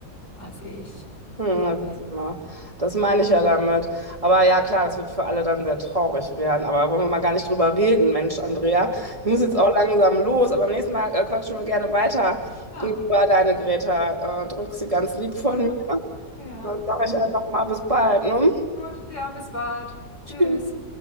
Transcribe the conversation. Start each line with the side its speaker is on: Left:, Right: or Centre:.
Left: als ich.
Right: Hm, da
Left: Also,
Right: wird's immer. Das meine ich ja damit. Aber ja, klar, das wird für alle dann sehr traurig werden. Aber wollen wir mal gar nicht drüber reden, Mensch, Andrea. Ich muss jetzt
Left: ja,
Right: auch langsam los, aber beim nächsten Mal äh, quatschen wir gerne weiter
Left: ja,
Right: über deine Greta. Äh, drück sie ganz lieb von
Left: ja.
Right: mir.
Left: ja.
Right: Dann sage
Left: Und
Right: ich einfach mal bis bald, ne?
Left: gut, ja, bis bald. Tschüss.
Right: Tschüss.